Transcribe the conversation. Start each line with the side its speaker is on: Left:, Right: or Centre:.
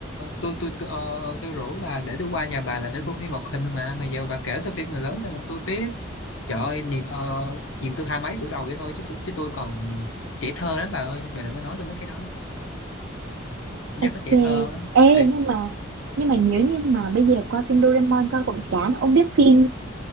Left: tôi tôi tôi, ờ, tôi rủ bà để tôi qua nhà bà là để coi phim hoạt hình mà mà giờ bà kể tôi phim người lớn ra mà tôi biết trời ơi nhìn ờ, nhìn tôi hai mấy tuổi đầu vậy thôi chứ, tôi- chứ tôi còn trẻ thơ lắm bà ơi bà đừng có nói tôi mấy cái đó nhắc
Right: Ok.
Left: tới trẻ thơ á,
Right: Ê
Left: thì
Right: nhưng mà nhưng mà nếu như mà bây giờ qua phim Doraemon coi cũng chán. Ông biết phim